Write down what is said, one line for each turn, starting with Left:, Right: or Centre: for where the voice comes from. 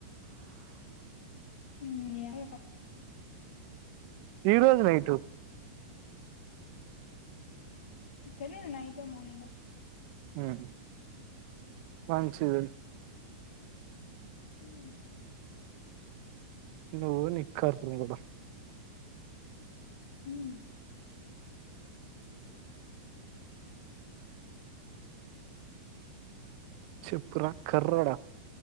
Left: ఉమ్ ఎం ఆ అప్ప
Right: ఈ రోజు నైటు
Left: తెలీదు నైటో మార్నింగో
Right: ఉమ్ మంచిది
Left: ఉమ్
Right: నువ్వు నీ కర్రి మూడ
Left: ఉమ్
Right: చెప్పు రా కర్రోడ